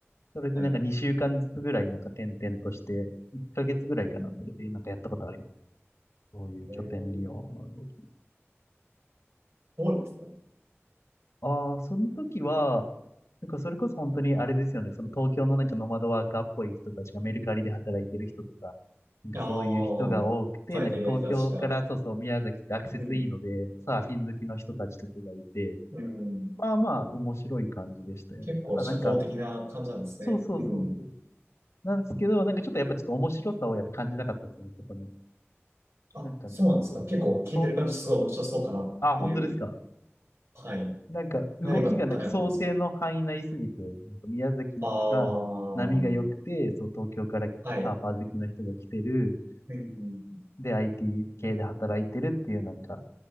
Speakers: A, on the left; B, on the right.
A: それでなんか2週間ずつぐらいなんか転々として、
B: はい。
A: 1ヶ月ぐらいかな、
B: うん
A: それでなんかやったことあります。そういう拠点利用の動き。
B: えー、どうですか
A: ああ、その時は、なんかそれこそ本当にあれですよね。その東京のなんかノマドワーカーっぽい人たちがメルカリで働いてる人とか、なんかそういう人が多くて、
B: ああー、最適な人たちが。
A: なんか東京からそうそう宮崎ってアクセスいいので、
B: うん。
A: サーフィン好きの人たちとかがいて、
B: うん。
A: まあまあ面白い感じでしたよ。
B: 結構社交的な感じなんですね。
A: ただなんか、そうそうそうそう。
B: うん。
A: なんですけど、なんかちょっとやっぱちょっと面白さをやっぱ感じなかったですよね、そこに。
B: あ、
A: なんか、
B: そうなんですか。
A: そうそう、
B: 結構聞いてる感じすごい面白そうかなっていう。
A: そう、あ、本当ですか。
B: はい。
A: なんか動きがなんか想定の範囲内すぎて、
B: 何がダメだったんですかね。
A: なんか宮崎が波が良くて、
B: ああ、は
A: そう東京からサーファー好きの人が来てる、
B: い。うん。
A: で IT 系で働いてるっていうなんか、